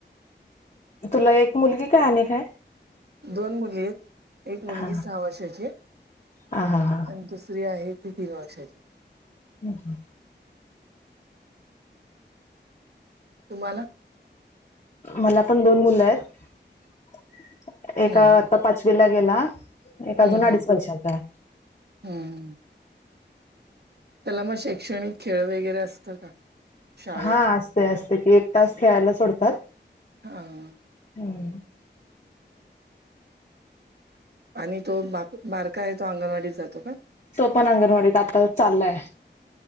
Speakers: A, on the left; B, on the right.
A: तुला एक मुलगी काय, आणि काय?
B: दोन मुली येत, एक मुलगी
A: हा
B: सहा वर्षाची ये,
A: हा हा हा
B: आणि दुसरी आहे, ती तीन वर्षांची.
A: हम्म ह.
B: तुम्हाला
A: मला पण दोन मुलं येत एक
B: हम्म
A: आता
B: हम्म
A: पाचवीला गेला. एका अजून
B: हम्म
A: अडीच
B: हम्म
A: वर्षाचाय.
B: हम्म त्याला मग शैक्षणिक खेळ वगैरे असतं का? शाळेत
A: हा असतय असतय की एक तास खेळायला सोडतात.
B: हां
A: हम्म
B: आणि तो बा बारका आहे तो अंगणवाडीत जातो का?
A: तो पण अंगणवाडीत आता चाललाय